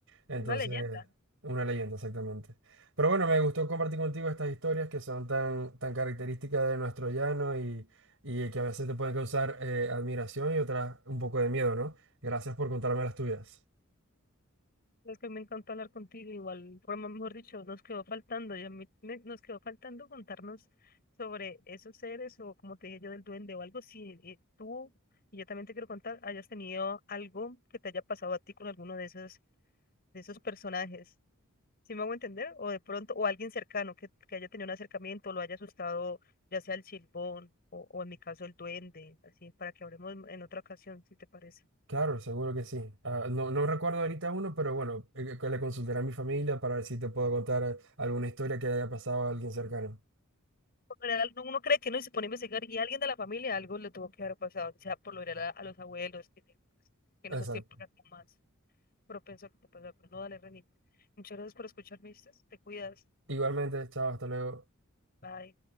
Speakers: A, on the right; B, on the left.
A: Entonces,
B: una leyenda.
A: una leyenda, exactamente. Pero bueno, me gustó compartir contigo estas historias que son tan, tan características de nuestro llano y, y que a veces te pueden causar eh, admiración y otras un poco de miedo, ¿no? Gracias por contarme las tuyas.
B: Es que me encantó hablar contigo, igual forma, mejor dicho, nos quedó faltando, y a mí me- nos quedó faltando contarnos sobre esos seres o como te dije yo del duende o algo, si eh, tú, y yo también te quiero contar, hayas tenido algo que te haya pasado a ti con alguno de esos, de esos personajes. si me hago entender? O de pronto, o alguien cercano que, que haya tenido un acercamiento, lo haya asustado, ya sea el silbón o, o en mi caso el duende, así, para que hablemos en, en otra ocasión, si te parece.
A: Claro, seguro que sí. Ah, no, no recuerdo ahorita uno, pero bueno, eh, que le consultaré a mi familia para ver si te puedo contar eh, alguna historia que haya pasado a alguien cercano.
B: Por lo general, no- uno cree que no y se pone a investigar y alguien de la familia algo le tuvo que haber pasado, o sea por lo general a, a los abuelos, que, que en
A: Exacto.
B: esos tiempos eran como más propenso a que te pasara. Pero no, dale, Reni. Muchas gracias por escucharme, ¿viste? Te cuidas.
A: Igualmente, chao, hasta luego.
B: Bye.